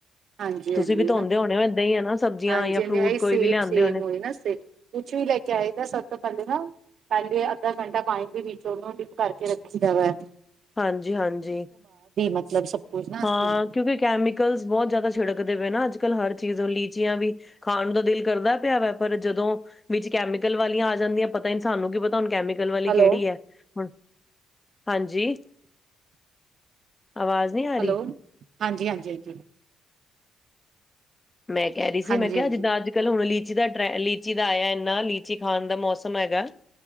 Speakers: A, on the right; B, on the left.
A: ਹਾਂਜੀ-ਹਾਂਜੀ
B: ਤੁਸੀਂ ਵੀ ਧੋਂਦੇ ਹੋਣੇ ਹੋ ਏਦਾਂ ਹੀ ਹੈ ਨਾ ਸਬਜ਼ੀਆਂ
A: ਹਾਂਜੀ-ਹਾਂਜੀ
B: ਜਾਂ ਫਰੂਟ ਕੋਈ
A: ਸੇਮ
B: ਵੀ ਲਿਆਂਦੇ
A: ਸੇਮ
B: ਹੋਣੇ
A: ਹੋ ਨਾ ਕੁਛ ਵੀ ਲੈ ਕੇ ਆਏਗਾ ਸਭ ਤੋਂ ਪਹਿਲੇ ਨਾ ਪਹਿਲੇ ਅੱਧਾ ਘੰਟਾ ਪਾਣੀ ਦੇ ਵਿੱਚ ਉਹਨੂੰ ਡਿਪ ਕਰਕੇ ਰੱਖੀ ਦਾ ਵੇ।
B: ਹਾਂਜੀ-ਹਾਂਜੀ,
A: ਮਤਲਬ ਸਭ ਕੁਛ ਨਾ ਅਸੀਂ
B: ਹਾਂ ਕਿਉਂਕਿ ਕੈਮੀਕਲਸ ਬਹੁਤ ਜ਼ਿਆਦਾ ਛਿੜਕਦੇ ਪਏ ਨਾ ਅੱਜਕੱਲ੍ਹ ਹਰ ਚੀਜ਼ ਲੀਚੀਆਂ ਵੀ ਖਾਣ ਦਾ ਦਿਲ ਕਰਦਾ ਪਿਆ ਵਾ ਪਰ ਜਦੋਂ ਵਿੱਚ ਕੈਮੀਕਲ ਵਾਲੀਆਂ ਆ ਜਾਂਦੀਆਂ ਪਤਾ ਸਾਨੂੰ ਕੀ ਪਤਾ ਹੁਣ ਕੈਮੀ ਕਲ ਵਾਲੀ
A: ਹੈਲੋ,
B: ਕਿਹੜੀ ਏ। ਹੁਣ ਹਾਂਜੀ ਆਵਾਜ਼ ਨਹੀਂ ਆ ਰਹੀ
A: ਹੈਲੋ ਹਾਂਜੀ ਹਾਂਜੀ ਹਾਂਜੀ।
B: ਮੈਂ ਕਹਿ ਰਹੀ ਸੀ
A: ਹਾਂਜੀ-ਹਾਂਜੀ,
B: ਮੈਂ ਕਿਹਾ ਜਿੱਦਾਂ ਅੱਜਕੱਲ੍ਹ ਹੁਣ ਲੀ ਲੀਚੀ ਦਾ ਲੀਚੀ ਦਾ ਆਇਆ ਇੰਨਾ ਲੀਚੀ ਖਾਣ ਦਾ ਮੌਸਮ ਹੈਗਾ